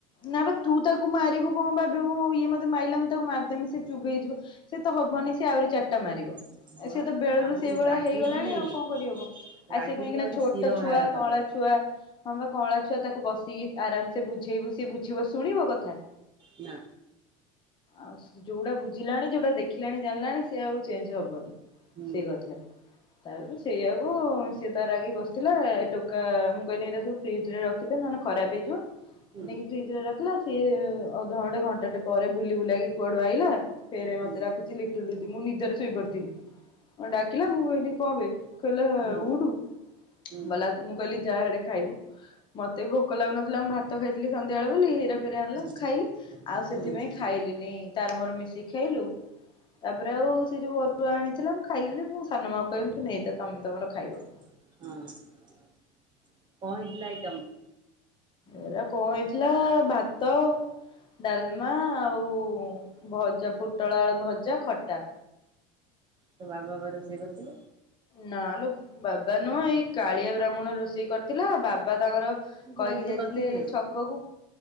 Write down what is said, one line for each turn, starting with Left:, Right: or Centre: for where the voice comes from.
Left: ନା ବା ତୁ ତାକୁ ମାରିବୁ କଣ ଭାବିବୁ ଇଏ ମୋତେ ମାଇଲା ମୁଁ ତାକୁ ମାରିଦେମି ସିଏ ଚୁପ୍ ହେଇଯିବ। ସିଏ ତ ହବନି ସିଏ ଆଉରି ଚାଟା ମାରିବ।
Right: ହଁ
Left: ଏ ସିଏ
Right: ବା
Left: ତ ବେଳୁରୁ
Right: ଆହୁରି
Left: ସେଇ ଭଳିଆ
Right: ରାଗିକି
Left: ହେଇଗଲାଣି ଆଉ କଣ କରିହବ।
Right: ରାଗିକି
Left: ଆ, ସିଏ କଣ ଏଇଖିଣା
Right: ଆହୁରି
Left: ଛୋଟ
Right: ଶିର ବାହାର
Left: ଛୁଆ
Right: କରିଦବ
Left: କଅଁଳା ଛୁଆ ହଁ ବା କଅଁଳା ଛୁଆ ତାକୁ ବସିକି ଆରମ ସେ ବୁଝେଇବୁ ସିଏ ବୁଝିବ ଶୁଣିବ କଥା।
Right: ନା।
Left: ଆଉ ଯୋଉଡା ବୁଝିଲାଣି ଯୋଉଟା ଦେଖିଲାଣି ଜାଣିଲାଣି ସେ ଆଉ ଚେଞ୍ଜ ହବନି।
Right: ହୁଁ।
Left: ସେଇ କଥା। ତାପରେ <unintelligible> ସେଇଆକୁ ସିଏ ତାର ରାଗିକି ବସିଥିଲା ଏ ଟୋକା ମୁଁ କଇନି ଏରା ସବୁ ଫ୍ରିଜ୍ ରେ ରଖିଦେ ନହେନେ ଖରାପ ହେଇଯିବ,
Right: ହୁଁ
Left: ନେଇକି ଫ୍ରିଜ୍ ରେ ରଖିଲା। ସିଏ ଅଧ ଘଣ୍ଟେ ଘଣ୍ଟାଟେ ପରେ ବୁଲି ବୁଲାକି କୁଆଡୁ ଆଇଲା। ଫେରେ ମୋତେ
Right: ହୁଁ
Left: ଡାକୁଚି ଲିଟିଲ୍ ଦିଦି ମୁଁ ନିଦରେ ଶୋଇପଡ଼ିଥିଲି। ଅଁ, ଡାକିଲା ମୁଁ କହିଲି କଣ ବେ କଇଲା ଆ,
Right: ହୁଁ
Left: ଉଠୁ।
Right: ହୁଁ
Left: ଗଲା ମୁଁ କଇଲି ଯା ହାଡେ ଖାଇବୁ। ମୋତେ ଭୋକ ଲାଗୁନଥିଲା ମୁଁ ଭାତ ଖାଇଥିଲି ସନ୍ଧ୍ୟାବେଳେ ବୋଲି, ହେରା ଫେର୍ ଆଣିଲା
Right: ହୁଁ
Left: ମୁଁ ଖାଇଲି। ଆଉ ସେଥିପାଇଁ
Right: ହୁଁ ହଁ ହଁ
Left: ଖାଇଲିନି ତାର ମୋର ମିଶିକି ଖାଇଲୁ। ତାପରେ ଆଉ ସେ ଯୋଉ ଅରୁଆ ଆଣିଥିଲା ମୁଁ ଖାଇଲିିନି ମୁଁ ସାନ ମା କହିଲି ତୁ ନେଇଯା ତୋମେ ତୋମର ଖାଇବ।
Right: ହଁ କଣ ହେଇଥିଲା ଆଇଟମ୍?
Left: ଏରା କଣ ହେଇଥିଲା ଭାତ ଡାଲମା ଆଉ ଭଜା ପୁଟଳ ଆଳୁ ଭଜା ଖଟା।
Right: ତୋ ବାବା ବା ରୋଷେଇ କରିଥିଲେ।
Left: ନାଲୋ ବାବା ନୁହଁ ଏଇ କାଳିଆ ବ୍ରାହ୍ମଣ ରୋଷେଇ କରିଥିଲା ବାବା ତାଙ୍କର
Right: ସେ
Left: କହିକି
Right: ହେଲ୍ପ
Left: ଯାଇଥିଲେ
Right: କରିଥିଲେ ଆଉ
Left: ଛକକୁ।